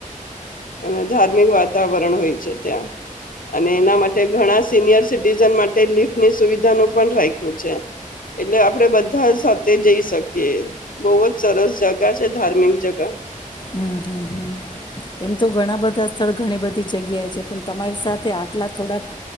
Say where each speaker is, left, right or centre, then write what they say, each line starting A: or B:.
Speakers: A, on the left; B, on the left.
A: અને ધાર્મિક વાતાવરણ હોય છે ત્યાં અને એના માટે ઘણા સિનિયર સિટીઝન માટે લિફની સુવિધાનું પણ રાખ્યું છે એટલે આપડે બધા સાથે જઈ શકીએ બહુ જ સરસ જગા છે ધાર્મિક જગા
B: હમ હમ હમ એમ તો ઘણા બધા સ્થળ ઘણી બધી જગ્યાએ છે પણ તમારી સાથે આટલા થોડાક